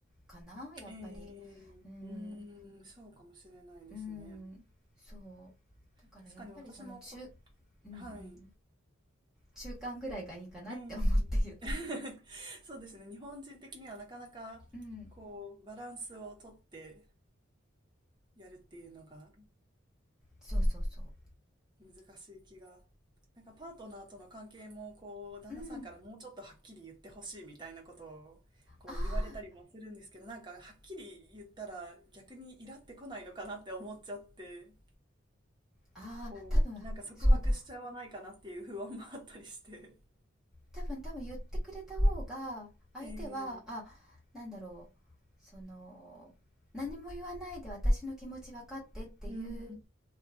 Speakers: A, in the centre; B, on the right.
A: かな、やっぱり。
B: ええうーん、
A: うん、
B: そうかもしれないですね。
A: うん、そう。だからやっぱりその中、
B: 確かに私もこ、
A: うんうん、
B: はい。
A: 中間ぐらいがいいかなって思って言った。
B: ええ <laughs> そうですね。日本人的にはなかなか、
A: うん、
B: こう、バランスをとってやるっていうのが
A: そうそうそ
B: 難しい気が。なんかパートナーとの関係も、こう、旦那さんからもうちょっとはっきり言ってほしいみたいなことを、
A: う。うん、
B: こう言われたりもするんですけど、
A: あー
B: なんかはっきり言ったら逆にイラってこないのかなって思っちゃって、
A: あー、
B: こう、
A: あ多分、
B: なんか束縛しちゃわないかなっていう不安もあったりして。
A: そうだ。多分多分言ってくれた方が、相手は、
B: ええ
A: あ、なんだろう、その、何も言わないで私の気持ち分かってっていう
B: うん、